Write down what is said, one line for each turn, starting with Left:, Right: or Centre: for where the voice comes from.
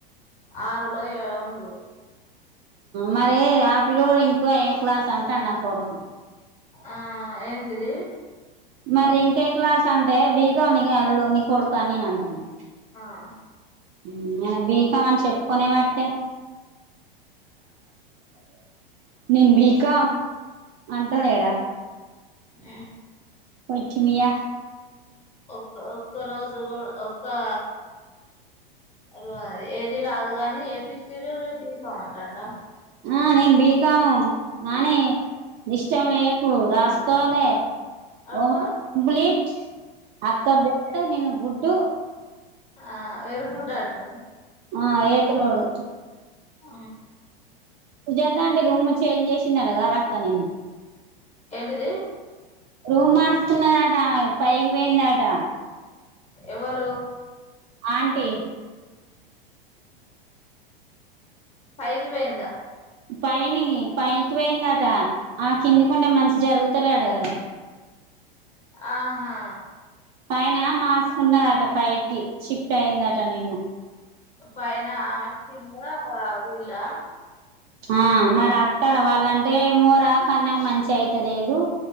Left: ఆరులొ ఎ ఉండు
Right: మరీ ఆపిలొ ఇంకొ ఏ క్లాస్ అంటాండ నా కొడుకు
Left: ఆ ఏంటిదీ
Right: మరి ఇంకే క్లాస్ అంటే బీకం నీ అల్లుడు నీ కొడుకని నేను అంటానా
Left: ఆ
Right: మ్మ్ అన బీకమని చెప్పుకొనే వట్టే నేను బీకాం అంటలేడా
Left: మ్
Right: పొట్టి మ్యా
Left: ఒక్క ఒక్క రోజు కూడా ఒక్కా రా ఏది రాదు కాని ఏ బి సీడులు బీపం అంటాండ
Right: ఆ నేన్ బీకాం నానీ డిస్టబ్ చేయకు రాస్ తోనే
Left: అబ్బా
Right: ఓ అంబలీక్ అక్క బె <inaudible> నను ఉడ్డు
Left: ఆ వెరి గుడ్ అటనే
Right: ఆ ఏతులోడు
Left: ఆ
Right: జెదా ఆంటి రూమ్ చేంజ్ చేసిందట కాద అక్క నిన్ను
Left: ఏంటది
Right: రూ మార్చుకున్నదా ఆట ఆమె పైకి పోయింద ఆట
Left: ఎవలు
Right: ఆంటీ
Left: పైకి పోయిందా
Right: పైని పైకి పోయిందట ఆ కింది కుండే మన్షి జరుగుతాలేడు కదా.
Left: ఆహా
Right: పైన మార్చుకున్నదట పైకి షిఫ్ట్ అయిందట నిన్న
Left: పైన ఆ వచ్చండ వీళ్ళా
Right: ఆ మరి అత్తారా వాళ్ళంటే మూర కన్నా మంచి అయితా లేదు.